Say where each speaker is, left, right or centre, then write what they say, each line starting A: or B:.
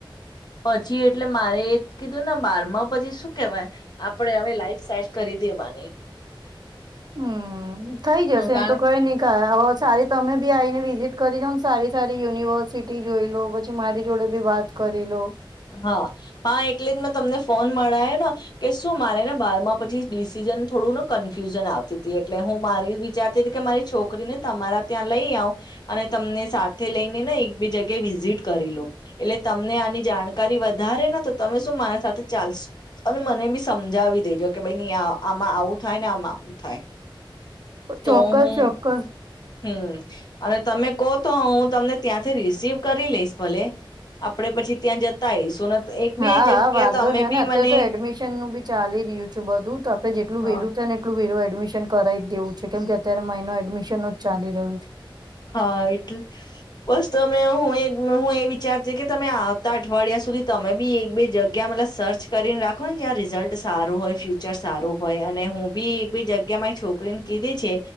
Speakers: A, on the left; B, on the right.
A: પછી એટલે મારે એ કીધું ને બારમાં પછી શું કેવાય આપડે હવે લાઈફ સેટ કરી દેવાની.
B: હમ થઈ જશે
A: હ કારણ
B: એમ તો કઈ નહી કા સારી તમે બી આ આવીને વિઝિટ કરી જાવ ને સારી સારી યુનિવર્સિટી જોઈ લો પછી મારી જોડે બી વાત કરી લો
A: હા હા એટલે જ મે તમને ફોન મળાય ન કે શું મારે ને બારમાં પછી ડિસીિઝન થોડુંને કન્ફ્યુઝન આવતી હતી, એટલે હું મારી વિચારતી હતી કે મારી છોકરીને તમારા ત્યાં લઈ આવ, અને તમને સાથે લઈને ને એકબીગ્યા વિઝિટ કરી લો, એટલે તમને આની જાણકારી વધારે ન તો તમે શું મારી સાથે ચાલ અને મને બી સમજાવી દેજો, કે ભાઈ આમાં આવું થાય ને આમાં આવું થાય. તો
B: ચોક્કસ
A: હું
B: ચોક્કસ
A: હમ અને તમે કો તો હું તમને ત્યાંથી રિસીવ કરી લઈશ ભલે. આપડે પછી ત્યાં જતા આવીશું ને એક બે
B: હા
A: જગ્યા
B: હા વાંધો
A: તો અમે
B: અને
A: બી
B: નહી અત્યારે
A: મને
B: તો એડમિશન નું બી ચાલી રહ્યું છ, બધું તો આપે જેટલું
A: અ
B: વેલું થાય ને એટલું વેલું એડમિશન કરાવ દેવું છે, કેમ કે અત્યારે મા એનો એડમિશન જ ચાલી રહ્યું છે.
A: હા એટલે બસ તમે હું એ હું એ વિચારતી કે તમે આવતા અઠવાડિયા સુધી તમે બી એક બે જગ્યા મતલબ સર્ચ કરીને રાખો ને જ્યાં રિઝલ્ટ સારું હોય, ફ્યુચર સારું, હોય અને હું બી એક બે જગ્યા મા એ છોકરીને કીધી છે,